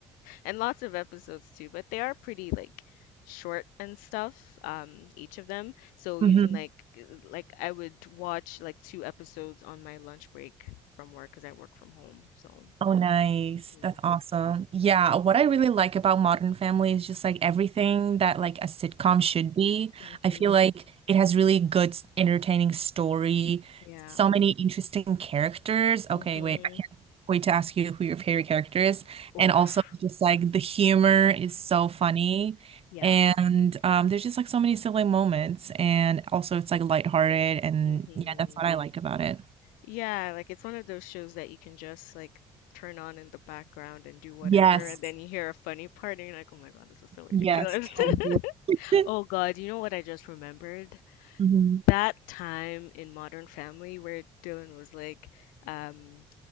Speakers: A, on the left; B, on the right.
A: and lots of episodes too, but they are pretty like short and stuff, um, each of them. So you
B: Mm-hmm.
A: can like like I would watch like two episodes on my lunch break from work because I work from home. So
B: Oh, nice.
A: mhm.
B: That's awesome. Yeah, what I really like about Modern Family is just like everything that like a sitcom should be.
A: Mhm.
B: I feel like it has really good, s- entertaining story,
A: Yeah.
B: so many interesting characters.
A: Mhm.
B: Okay, wait, I can't wait to ask you who your favorite character is.
A: Oof.
B: And also just like the humor is so funny.
A: Yeah.
B: And um, there's just like so many silly moments. And also it's like lighthearted. And
A: Mhm.
B: yeah, that's what I like about it.
A: Yeah, like it's one of those shows that you can just like turn on in the background and do whatever,
B: Yes.
A: and then you hear a funny part and you're like, "Oh my God, this is so ridiculous."
B: Yes,
A: <laughs>
B: totally. <laughs>
A: Oh God, you know what I just remembered?
B: Mhm.
A: that time in Modern Family where Dylan was like, um,